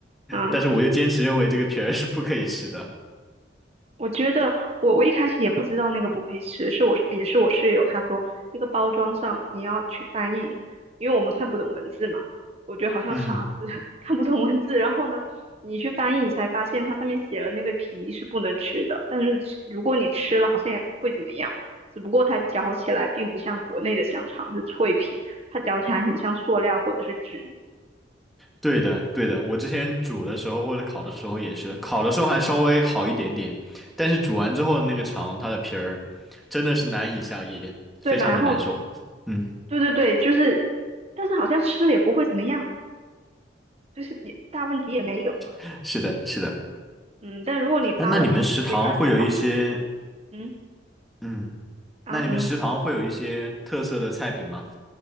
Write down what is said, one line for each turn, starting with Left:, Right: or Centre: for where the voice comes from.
Right: 啊！
Centre: 但是我就坚持认为这个皮儿是不可以吃的。
Right: 我觉得我我一开始也不知道那个不可以吃，是我也是我室友他说那个包装上你要去翻译，因为我们看不懂文字嘛，我觉得好像傻子
Centre: 嗯。
Right: <laughs> 看不懂文字，然后呢你去翻译你才发现它上面写了那个皮是不能吃的，但是吃如果你吃了好像也不会怎么样，只不过它嚼起来并不像国内的香肠是脆皮，它嚼起来很像塑料或者是纸，
Centre: 对的，对的，我之前煮的时候或者烤的时候也是，烤的时候还稍微好一点点，但是煮完之后的那个肠，它的皮儿真的是难以下咽，非常的难受。
Right: 对吧？然后
Centre: 嗯，
Right: 对对对，就是，但是好像吃了也不会怎么样，就是也大问题也没有。
Centre: <laughs> 是的，是的。
Right: 嗯，但如果你扒了皮，
Centre: 那那你们食堂会有一些，
Right: 你会发现好吃。嗯
Centre: 嗯，
Right: 啊，
Centre: 那你们食堂会有一些特色的菜品吗？
Right: 什么